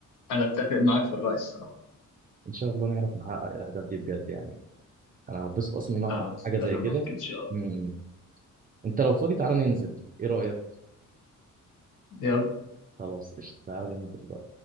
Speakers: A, on the left (about 85°); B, on the right (about 30°).
A: انا اتفق معاك في الراي الصراحه
B: ان شاء الله نعرف نحقق الاهداف دي بجد يعني انا هتبسط اصلا ان انا
A: اه
B: أحقق
A: اتفق
B: حاجه زي
A: معاك
B: كده
A: ان شاء الله
B: م- م. انت لو فاضي تعالى ننزل ايه رايك
A: يلا
B: خلاص قشطة تعالى ننزل بقى